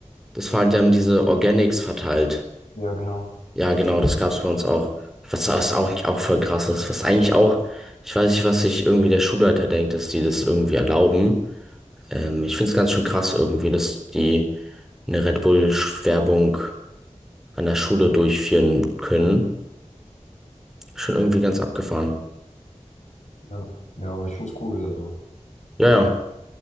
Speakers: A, in the centre; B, on the left (about 70°).
A: Das waren, die haben diese Organics verteilt.
B: Ja, genau.
A: Ja, genau, das gab's bei uns auch. Was, was auch, auch voll krass ist. Was eigentlich auch, ich weiß nicht, was sich irgendwie der Schulleiter denkt, dass die das irgendwie erlauben. Ähm, ich find's ganz schön krass irgendwie, dass die eine Red Bull-Werbung an der Schule durchführen können. Schon irgendwie ganz abgefahren.
B: Ja, ja aber ich find's cool, also.
A: Ja, ja.